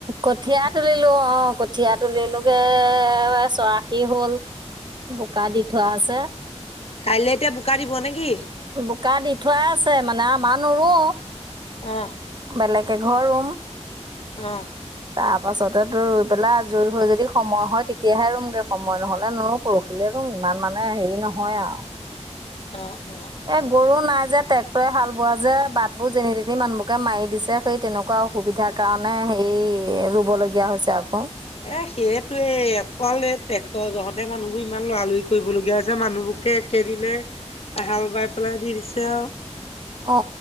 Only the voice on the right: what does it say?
কঠিয়া তুলিলো অ কঠীয়া তুলিলোগে চৰাশী হ'ল। বোকা দি থোৱা আছে।
বোকা দি থোৱাই আছে মানে আমাৰ নোৰো।
বেলেগে একঘৰ ৰুম।
তাৰ পাছতে তোৰ ৰুই পেলাই আজৰি হৈ যদি সময় হয় তেতিয়াহে ৰুমগে সময় নহলে নোৰো। পৰহিলে ৰুম ইমান মানে হেৰি নহয় আৰু
এ
গৰু নাই যে। ট্ৰেক্টৰে হাল বোৱা যে বাটবোৰ যেনি তেনি মানুহবকে মাৰি দিছে সেই তেনেকুৱা অসুবিধা। কাৰণে হে ৰুবলগীয়া হৈছে আকৌ।
অ